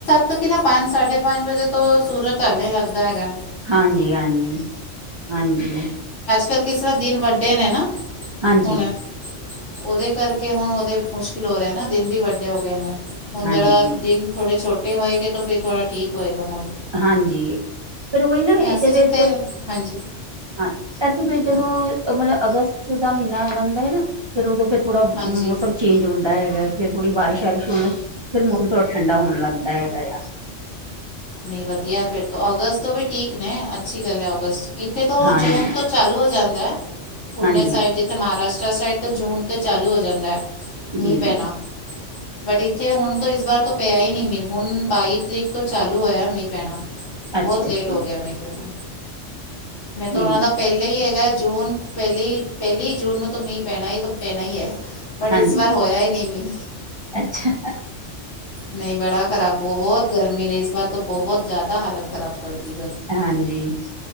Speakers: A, on the left; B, on the right.
A: ਕਿਉਂਕਿ ਨਾ ਪੰਜ ਸਾਢੇ ਪੰਜ ਵਜੇ ਤੋਂ ਸੂਰਜ ਢਲਣੇ ਲੱਗਦਾ ਹੈਗਾ ਏ।
B: ਹਾਂਜੀ-ਹਾਂਜੀ, ਹਾਂਜੀ।
A: ਅੱਜ-ਕੱਲ ਕਿਸ ਤਰ੍ਹਾਂ ਦਿਨ ਵੱਡੇ ਨੇ ਨਾ।
B: ਹਾਂਜੀ।
A: ਹੁਣ ਉਹਦੇ ਕਰਕੇ ਹੁਣ ਉਹਦੇ ਮੁਸ਼ਕਿਲ ਹੋ ਰਿਹਾ ਨਾ ਦਿਨ ਵੀ ਵੱਡੇ ਹੋ ਗਏ ਨੇ ਹੁਣ
B: ਹਾਂਜੀ
A: ਜਿਹੜਾ ਦਿਨ ਥੋੜੇ ਛੋਟੇ ਹੋਏਗੇ ਤਾਂ ਫਿਰ ਥੋੜਾ ਠੀਕ ਹੋਏਗਾ। ਮਾਹੌਲ
B: ਹਾਂਜੀ, ਫੇਰ ਉਹੀ ਨਾ ਇਦੇ
A: ਨਹੀਂ ਅਸੀਂ
B: ਜਿਦ
A: ਜਿੱਥੇ ਹਾਂਜੀ
B: ਹਾਂ ਫਿਰ ਜਦੋਂ
A: ਹਾਂ
B: ਮਤਲਬ ਅਗਸਤ ਦਾ ਮਹੀਨਾ ਆ ਜਾਂਦਾ ਹੈ ਨਾ ਫੇਰ ਉਦੋਂ ਫਿਰ ਥੋੜ੍ਹਾ
A: ਹਾਂਜੀ
B: ਮੌਸਮ ਚੇਂਜ ਹੁੰਦਾ ਹੈਗਾ। ਫਿਰ ਥੋੜੀ ਬਾਰਿਸ਼ ਵਾਰਿਸ਼ ਹੋਣ ਫੇਰ ਮੌਸਮ ਥੋੜਾ ਠੰਡਾ ਹੋਣ ਲੱਗਦਾ ਹੈਗਾ ਆ।
A: ਨਹੀਂ ਵਧੀਆ ਫਿਰ ਤੋਂ ਔਗਸਤ ਤੋਂ ਵੀ ਠੀਕ ਨੇ ਅੱਛੀ ਗੱਲ ਹੈ ਔਗਸਤ ਇੱਥੇ ਤੋਂ
B: ਹਾਂਜੀ
A: ਜੂਨ ਤੋਂ ਚਾਲੂ ਹੋ ਜਾਂਦਾ ਏ ਪੂਨੇ
B: ਹਾਂਜੀ
A: ਸਾਈਡ ਜਿੱਥੇ ਮਹਾਰਾਸ਼ਟਰ ਸਾਈਡ ਤੋਂ ਜੂਨ ਤੇ ਚਾਲੂ ਹੋ ਜਾਂਦਾ ਹੈ, ਮੀਂਹ
B: ਜੀ
A: ਪੈਣਾ
B: ਜੀ
A: ਬਟ ਇੱਥੇ ਹੁਣ ਤ ਇਸ ਵਾਰ ਤੋਂ ਪਿਆ ਹੀ ਨਹੀ ਮੀਂਹ, ਹੁਣ ਬਾਈ ਤਰੀਕ ਤੋਂ ਚਾਲੂ ਹੋਇਆ ਮੀਂਹ ਪੈਣਾ।
B: ਅੱਛਾ
A: ਬਹੁਤ ਲੇਟ
B: ਅੱਛਾ
A: ਹੋ ਗਿਆ ਮੀਂਹ ਪੈਣਾਂ, ਨਹੀਂ ਤਾਂ
B: ਜੀ
A: ਉਹਨਾ ਦਾ ਪਹਿਲੇ ਹੀ ਹੈਗਾ। ਜੂਨ ਪਹਿਲੀ, ਪਹਿਲੀ ਜੂਨ ਨੂੰ ਤਾਂ ਮੀਂਹ ਪੈਣਾ ਤਾਂ ਪੈਣਾ ਹੀ ਏ। ਬਟ ਇਸ
B: ਹਾਂਜੀ
A: ਵਾਰ ਹੋਇਆ ਹੀ ਨੀ ਵੀ।
B: ਅੱਛਾ
A: ਨਹੀਂ ਬੜਾ ਖਰਾਬ ਬਹੁਤ ਗਰਮੀ ਨੇ ਇਸ ਬਾਰ ਤਾਂ ਬਹੁਤ ਜ਼ਿਆਦਾ ਹਾਲਤ ਖਰਾਬ ਗਰਮੀ,
B: ਹਾਂਜੀ